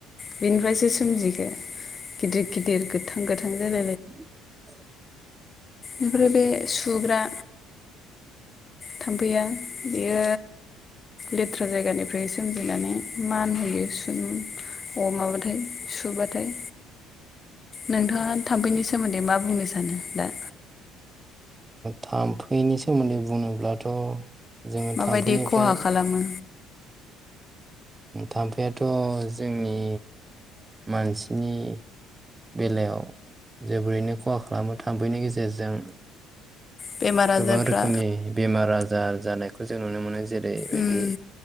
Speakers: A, on the left; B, on the right.
A: बेनिफ्रायसो सोमजियो बे गिदिर गिदिर गोथां गोथां जायो।
B: <unintelligible>
A: ओमफ्राय बे सुग्रा थामफैया बेयो लेथ्रा जायगानिफ्राय सोमजिनानै मान होयो सुयो सुबाथाय। नोंथाङा थाम्फैनि सोमोन्दै मा बुंनो सानो दा
B: थाम्फैनि सोमोन्दै बुोब्लाथ' जोङो
A: माबायदि
B: थाम्फैनिफ्राय
A: खहा खालामो
B: थाम्फैआथ' जोंनि मानसिनि बेलायाव जोबोरैनो खहा खालामो थाम्फैनि गेजेरजों
A: बेमार
B: गोबां
A: आजारफ्रा
B: रोखोमनि बेमार आजार जानायखौ जों नुनो मोनो। जेरैबायदि
A: उम